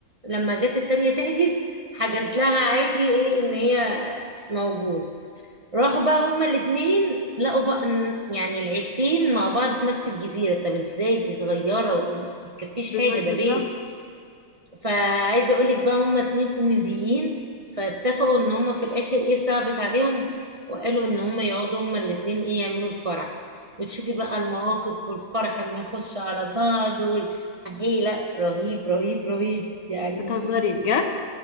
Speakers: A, on the right; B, on the left.
A: لما جت التانية تحجز حجز لها عادي وايه ان هي موجود راحوا بقى هما الاتنين لقوا بقى إن- يعني العيلتين مع بعض في نفس الجزيرة طب ازاي دي صغيرة ومتكفيش
B: بز-
A: حاجة ده
B: بالظبط
A: بيت فعايزة اقولك بقى هما اتنين كوميديين فاتفقوا ان هما في الاخر ايه صعبت عليهم وقالوا ان هما يقعدوا هما الاتنين ايه يعملوا الفرح وتشوفي بقى المواقف والفرح لما يخش على بعض وال ايه لا رهيب رهيب رهيب يعني
B: بتهزري بجد